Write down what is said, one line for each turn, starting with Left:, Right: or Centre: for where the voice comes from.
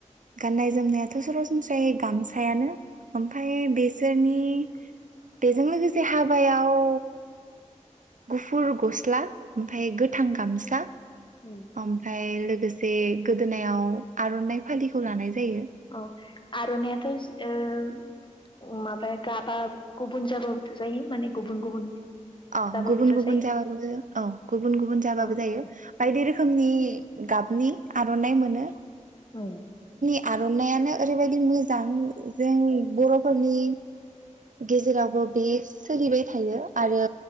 Right: गाननाय जोमनायाथ' सरासनस्रायै गामसायानो। आमफाय बेसोरनि बेजों लोगोसे हाबायाव गुफुर गस्ला। ओमफाय गोथां गामसा
Left: उम
Right: ओमफाय लो गोसे गोदोनायाव आर'नाइ फालिखौ लानाय जायो।
Left: अ आर'नाइआथ' ओ माबाया गाबा गुबुन जाब्लाथ' जायो माने गुबुन गुबुन।
Right: अ
Left: जाबाबोथ'
Right: गुबुन गुबुन
Left: जायो
Right: जाबाबो औ गुबुन गुबुन जाबाबो
Left: अ
Right: जायो
Left: अ
Right: बायदि रोखोमनि गाबनि आर'नाइ मोनो।
Left: औ।
Right: आर'नाइआनो ओरैबायदि मोज जां जों बर'फ फोरनि गेजेरावबो बे सोलिबाय थायो आरो।